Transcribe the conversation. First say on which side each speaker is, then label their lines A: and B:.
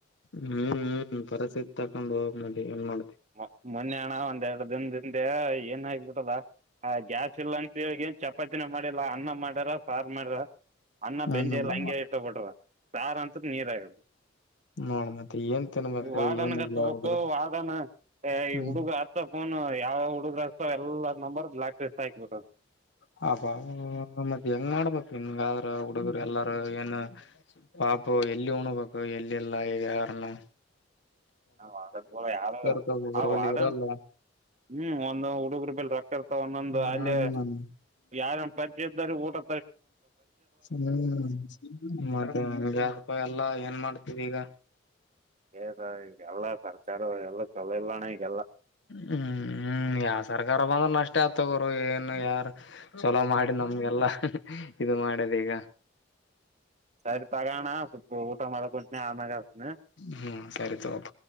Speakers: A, on the left (about 65°); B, on the right (about 40°).
A: ಹ್ಮ್ ಹ್ಮ್ ಪರಸಿತ್ ತಕೊಂಡ್ ಹೋಗ್ ಮಿ ಏನ್ ಮಾಡ
B: ಮ ಮೊನ್ನೆ ಹಣ ಒಂದರಡು ದಿನದಿಂದೆ ಏನ್ ಆಗಬಿಟದಾ ಹ ಗ್ಯಾಸ್ ಇಲ್ಲ ಅಂತಗ ಏನ್ ಚಪಾತಿನ ಮಾಡಿಲ್ಲ ಅನ್ನ ಮಾಡ್ಯಾರ ಸಾರ್ ಮಾಡ್ಯಾರ ಅನ್ನ
A: ಹ್ಮ್
B: ಬೆಂಜಿ ಎಲ್ಲ ಹಂಗೆ ಇರ್ತ ಬಿಟ್ರ ಸಾರ ಅಂತದ ನೀರ್ ಆಗಿ
A: ನೋಡ್ ಮತ್ತೆ ಏನ್ ತಿನ್ಬೇಕು
B: ವಾದನ
A: ಏನ್
B: ಹತ್ತಬೇಕು
A: ಇಲ್ಲ ಹುಡುಗರು
B: ವಾದನ ಈ
A: ಹ್ಮ್
B: ಹುಡುಗ ಆತ್ತಫೋನ್ ಯಾವ ಹುಡುಗರ ಹಚ್ತಾವ ಎಲ್ಲ ನಂಬರ್ ಬ್ಲಾಕ್ ಲಿಸ್ಟ್ ಹಾಕ್ಬಿಟ್ರ
A: ಹಬ ಮತ್ತೆ ಹೆಂಗ್ ಮಾಡ್ಬೇಕು ಇನ್ನು ಹಾಗಾದ್ರ ಹುಡುಗರು ಎಲ್ಲಾರ ಏನು ಪಾಪು ಎಲ್ಲಿ ಉಣಬೇಕು ಎಲ್ಲಿಲ್ಲ ಈಗ ಯಾರನು
B: ವದ ಯಾರು
A: ಇರ್ತಾವ ಒಬ್ಬೊಬ್ಬರು
B: ಹ
A: ಬಲ್ಲಿ
B: ವಡನ್
A: ಇರಲ್ಲ
B: ಹ್ಮ್ ಒಂದು ಹುಡುಗರು ಬೆಲ್ ರೊಕ್ಕ ಇರ್ತ ಒಂದೊಂದು
A: ಹ್ಮ್
B: ಅಲ್ಲಿ ಯಾರ ಊ ತ
A: ಹ್ಮ್ ಮತ್ತೆ ಯಪ್ಪ ಎಲ್ಲಾ ಏನ್ ಮಾಡ್ತವಿ ಈಗ
B: ಹ ಈಗೆಲ್ಲ ಸರ್ಕಾರ ಎಲ್ಲ ಚೊಲೋ ಇಲ್ಲಣ ಈಗೆಲ್ಲ
A: ಹ್ಮ್ ಹ್ಮ್ ಯಾವ ಸರ್ಕಾರ ಬಂದ್ರ ನಷ್ಟೇ ಆತಗರು ಏನು ಯಾರು ಚಲೋ ಮಾಡಿ ನಮ್ಗೆಲ್ಲಾ ಇದು ಮಾಡದ್ ಈಗ
B: ಸರಿ ತಗೋಣ ಸ್ವಪ ಊಟ ಮಾಡಕಂಟನಿ ಆಮ್ಯಾಗ ಹಚ್ತೀನಿ
A: ಹ್ಮ್ ಸರಿ ತತ